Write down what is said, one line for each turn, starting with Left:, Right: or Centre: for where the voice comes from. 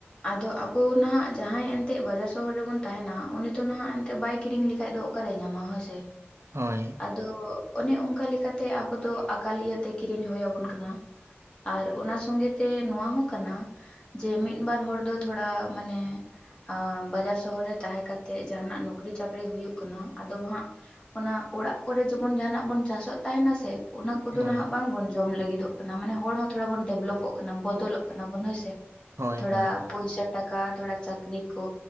Left: ᱟᱫᱚ ᱟᱵᱚ ᱱᱟᱦᱟᱜ ᱡᱟᱦᱟᱸᱭ ᱮᱱᱛᱮᱫ ᱵᱟᱡᱟᱨ ᱥᱚᱦᱚᱨ ᱨᱮᱵᱚᱱ ᱛᱟᱦᱮᱱᱟ ᱩᱱᱤ ᱫᱚ ᱱᱟᱦᱟᱜ ᱮᱱᱛᱮ ᱵᱟᱭ ᱠᱤᱨᱤᱧ ᱞᱮᱠᱷᱟᱡ ᱫᱚ ᱚᱠᱟᱨᱮ ᱧᱟᱢᱟ ᱦᱳᱭ ᱥᱮ ᱾
Right: ᱦᱳᱭ
Left: ᱟᱫᱚ ᱚᱱᱮ ᱚᱱᱠᱟ ᱞᱮᱠᱟᱛᱮ ᱟᱵᱚ ᱫᱚ ᱟᱠᱟᱞ ᱤᱭᱟ ᱛᱮ ᱠᱤᱨᱤᱧ ᱦᱩᱭᱟᱵᱚᱱ ᱠᱟᱱᱟ ᱾ ᱟᱨ ᱚᱱᱟ ᱥᱚᱸᱜᱮ ᱛᱮ ᱱᱚᱣᱟ ᱦᱚᱸ ᱠᱟᱱᱟ ᱡᱮ ᱢᱤᱫ ᱵᱟᱨ ᱦᱚᱲ ᱫᱚ ᱛᱷᱚᱲᱟ ᱢᱟᱱᱮ <inaudible> ᱵᱟᱡᱟᱨ ᱥᱚᱦᱚᱨ ᱨᱮ ᱛᱟᱦᱮᱸ ᱠᱟᱛᱮᱜ ᱡᱟᱦᱟᱱᱟᱜ ᱱᱚᱠᱨᱤ ᱪᱟᱹᱠᱨᱤ ᱦᱩᱭᱩᱜ ᱠᱟᱱᱟ ᱟᱫᱚ ᱦᱟᱸᱜ ᱚᱱᱟ ᱚᱲᱟᱜ ᱠᱚᱨᱮ ᱡᱮᱢᱚᱱ ᱡᱟᱦᱱᱟᱜ ᱵᱚᱱ ᱪᱟᱥᱚᱜ ᱛᱟᱦᱮᱱᱟ ᱥᱮ ᱚᱱᱟ ᱠᱚᱫᱚ
Right: ᱦᱳᱭ
Left: ᱱᱟᱦᱟᱜ ᱵᱟᱝᱵᱚᱱ ᱡᱚᱢ ᱞᱟᱹᱜᱤᱫᱚᱜ ᱠᱟᱱᱟ ᱢᱟᱱᱮ ᱦᱚᱲ ᱦᱚᱸ ᱛᱷᱚᱲᱟ ᱵᱚᱱ ᱰᱮᱵᱷᱞᱚᱯᱚᱜ ᱠᱟᱱᱟ ᱵᱚᱫᱚᱞᱚᱜ ᱠᱟᱱᱟ ᱵᱚᱱ ᱦᱳᱭᱥᱮ ᱾
Right: ᱦᱳᱭ
Left: ᱛᱷᱚᱲᱟ
Right: ᱦᱳᱭ
Left: ᱯᱚᱭᱥᱟ ᱴᱟᱠᱟ ᱛᱷᱚᱲᱟ ᱪᱟᱠᱨᱤ ᱠᱚ